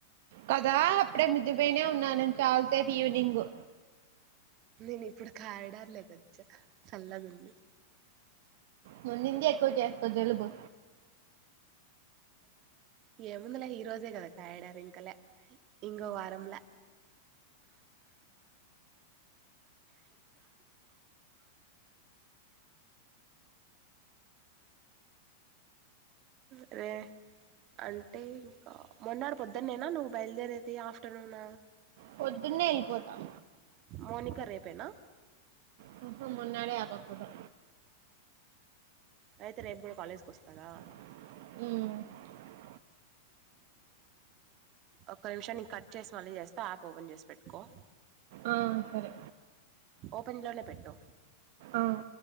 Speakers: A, on the right; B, on the right.
A: కదా అప్పుడే మద్దుపోయినే ఉన్నానను చాలతే ఫీూలి బ
B: నేను ఇప్పుడు కారిడార్ లేక వచ్చా చల్లదుంది
A: ను నిందే ఎక్కోటి అపోద్ వెలుగుు
B: ఏముందలే ఈరోజే కదా కాయడారు ఇంకలా ఇంకో వారంలా అరే అంటే ఇంకా మొన్నడు పొద్దున్నేనా నువ్వు బయలుదేరేది ఆఫ్టర్నూన్
A: పొద్దున్నే వెళ్ళిపోతాం
B: మోనిక రేపేనా
A: హ మున్నాడే ఆబకుదా
B: అయితే రేపు కూడా కాలేజ్కి వస్తారా
A: మ్
B: ఒక్క నిమిషాన్ని కట్ చేసి మళ్ళీ చేస్తే యాప్ ఓపెన్ చేసి పెట్టుకో
A: ఆ సరే
B: ఓపెన్ లోలో పెట్టో
A: ఆ